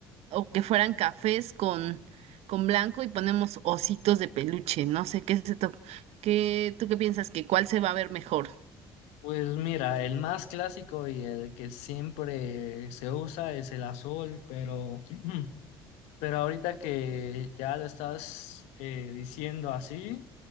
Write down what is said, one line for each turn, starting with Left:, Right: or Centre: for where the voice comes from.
Right: o que fueran cafés con, con blanco y ponemos ositos de peluche. No sé qué se to- qué, ¿tú qué piensas que cuál se va a ver mejor?
Left: Pues mira, el más clásico y el que siempre se usa es el azul, pero, <clears throat> pero ahorita que ya lo estás eh, diciendo así.